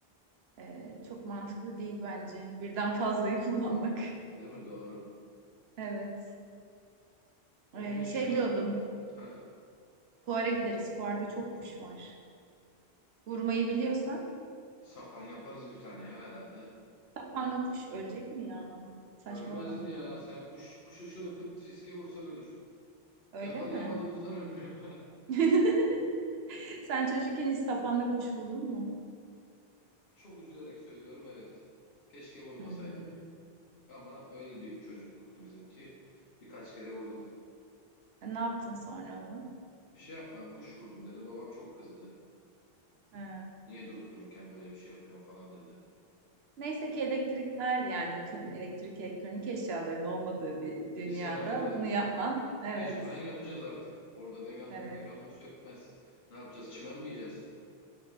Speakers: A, on the right; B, on the left.
A: E, çok mantıklı değil bence. Birden fazlayı kullanmak. <laughs>
B: Değil mi? Doğru.
A: Evet.
B: Onun
A: E,
B: dışında
A: şey diyordum.
B: heh,
A: Fuara gideriz. Fuarda çok kuş var. Vurmayı biliyorsan.
B: sapan yaparız bir tane ya herhalde.
A: Panla kuş ölecek mi ya? Saçmalama.
B: Ölmez mi ya? Sen kuş kuşa şöyle pıt fiske vursan ölür.
A: Öyle
B: Yakalayamadığımızdan
A: mi?
B: ölmüyor.
A: <laughs> Sen çocukken hiç sapanla kuş vurdun mu?
B: <laughs> Çok üzülerek söylüyorum evet. Keşke vurmasaydım.
A: Hmm.
B: Ama öyle bir çocukluktu bizimki. Birkaç kere vurdum.
A: E, ne yaptın sonra onu?
B: Bir şey yapmam kuş vurdum dedim. Babam çok kızdı.
A: He.
B: Niye durup dururken böyle bir şey yapıyorsun falan dedi.
A: Neyse ki elektrikler yani tüm elektrik elektronik eşyaların olmadığı bir dünyada
B: bir senaryoda
A: bunu yapman. Evet.
B: mecburen yapacağız artık. Orada veganlık
A: Evet.
B: veganlık sökmez. Ne yapacağız? Çimen mi yiyeceğiz?